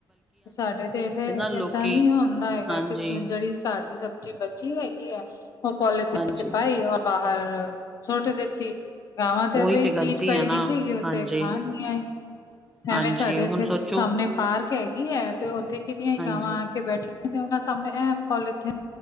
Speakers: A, on the left; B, in the centre.
A: ਸਾਡੇ ਤੇ ਇੱਥੇ
B: ਲੋਕੀ
A: ਏਦਾਂ ਹੀ ਹੁੰਦਾ ਹੈਗਾ,
B: ਹਾਂਜੀ
A: ਕਿ ਜਿਹੜੀ ਘਰ ਦੀ ਸਬਜ਼ੀ ਬਚੀ ਹੈਗੀ ਐ, ਉਹ ਪੋਲੀਥੀਨ
B: ਹਾਂਜੀ
A: ਚ ਪਾਈ ਔਰ ਬਾਹਰ ਸੁੱਟ ਦਿੱਤੀ। ਗਾਵਾਂ ਤੇ
B: ਉਹੀ
A: ਬਈ
B: ਗ਼ਲਤੀ
A: ਚੀਜ਼ ਪਾਈ
B: ਹੈ ਨਾ
A: ਦਿਖੇਗੀ, ਉਥੇ
B: ਹਾਂਜੀ
A: ਖਾਣਗੀਆਂ ਈ।
B: ਹਾਂਜੀ
A: ਐਵੇਂ ਸਾਡੇ ਇੱਥੇ
B: ਹੁਣ ਸੋਚੋ
A: ਸਾਹਮਣੇ ਪਾਰਕ ਹੈਗੀ ਐ, ਤੇ ਉੱਥੇ ਕਿੰਨੀਆਂ ਹੀ
B: ਹਾਂਜੀ
A: ਗਾਵਾਂ ਆ ਕੇ ਬੈਠੀਆਂ। ਉਹਨਾਂ ਸਾਹਮਣੇ ਇਹ ਪੋਲੀਥਿਨ